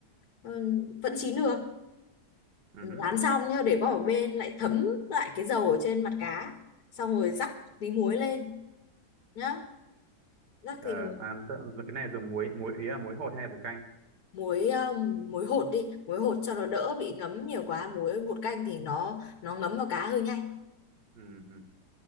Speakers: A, on the left; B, on the right.
A: ừ, vẫn chín được
B: Ừ hứ.
A: rán xong nhá để qua một bên lại thấm lại cái dầu ở trên mặt cá xong rồi rắc tí muối lên nhá rắc
B: Ờ,
A: tí muối
B: à, tự- cái này dùng muối muối ý là muối hột hay là bột canh
A: muối ờ, muối hột đi muối hột cho nó đỡ bị ngấm nhiều quá muối bột canh thì nó nó ngấm vào cá hơi nhanh
B: Ừ.